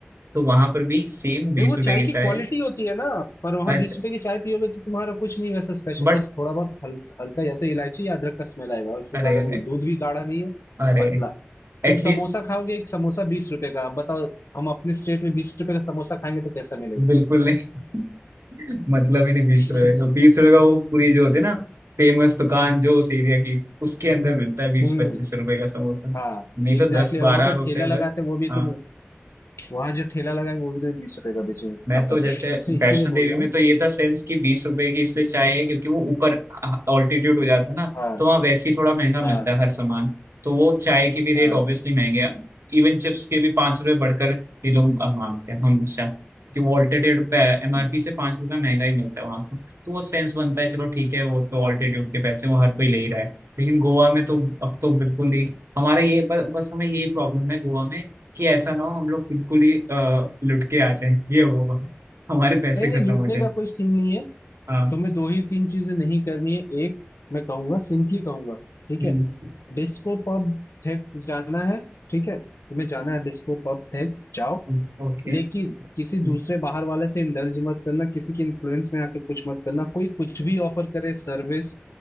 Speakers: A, on the right (about 75°); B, on the left (about 85°).
A: तो वहां पर भी सेम बीस
B: नहीं वो
A: रुपए
B: चाय
A: की
B: की
A: चाय
B: क्वालिटी होती है ना पर वहां
A: है अच्छा
B: बीस रुपए की चाय पियोगे तो तुम्हारा कुछ नहीं वैसा स्पेशल
A: बट
B: बस थोड़ा बहुत हल, हल्का या तो इलायची या अदरक का स्मेल आएगा उससे
A: अरे
B: ज्यादा
A: अरे
B: नहीं दूध भी गाढ़ा नहीं है
A: अरे
B: पतला तुम
A: एटलीस्ट
B: समोसा खाओगे एक समोसा बीस रुपए का अब बताओ हम अपने स्टेट में बीस रुपए का समोसा खाएंगे तो कैसा मिलेगा
A: बिल्कुल नहीं <laughs> मतलब ही नहीं बीस
B: <laughs>
A: रुपए का बीस रुपए का वो पूरी जो होती है ना फेमस दुकान जो उस एरिया की उसके
B: हम्म
A: अंदर मिलता है बीस
B: हम्म,
A: पच्चीस रुपए का समोसा नहीं
B: हाँ
A: तो
B: एग्जैक्टली
A: दस बारह
B: और वहां पे
A: रुपए
B: ठेला लगाते
A: बस
B: हैं वो भी
A: हाँ।
B: तुम वहां जो ठेला लगाएंगे वो भी तुम्हें बीस रुपए का बेचेंगे
A: मैं
B: आप
A: तो
B: बताओ
A: जैसे
B: <laughs> तो इसीलिए
A: वैष्णो देवी
B: बोल रहा हूँ
A: में तो ये था सेंस कि बीस रुपए की इसलिए चाय है क्योंकि वो ऊपर ऑल्टीट्यूड हो जाता है ना
B: हाँ
A: तो वहाँ वैसे ही थोड़ा महंगा
B: हाँ
A: मिलता है हर सामान तो वो चाय के भी
B: हाँ
A: रेट ऑब्वियसली महंगे हैं इवन चिप्स के भी पाँच रुपए बढ़कर ये लोग अ, मांगते हैं हमेशा कि वो ऑल्टीट्यूड
B: हम्म,
A: पे एमआरपी
B: हम्म।
A: से पाँच रुपए महंगा ही मिलता है वहाँ तो तो वो सेंस बनता है चलो ठीक है वो तो ऑल्टीट्यूड के पैसे वो हर कोई ले ही रहा है लेकिन गोवा में तो अब तो बिल्कुल ही हमारा ये पर बस हमें ये प्रॉब्लम है गोवा में कि ऐसा ना हो हम लोग बिल्कुल ही अ, लुट के आ जाएं ये होगा हमारे पैसे
B: नहीं नहीं
A: खत्म
B: लूटने
A: हो जाए
B: का कोई सीन नहीं है
A: हाँ
B: तुम्हें दो ही तीन चीजें नहीं करनी है एक मैं कहूंगा सिंपली कहूंगा ठीक
A: हम्म।
B: है डिस्को पब थेक्स जाना है ठीक है तुम्हें जाना है डिस्को पब थेक्स जाओ
A: हम्म। ओके
B: लेकिन किसी
A: हाँ।
B: दूसरे बाहर वाले से इंडल्ज मत करना किसी के इन्फ्लुएंस में आके कुछ मत करना कोई कुछ भी ऑफर करे सर्विस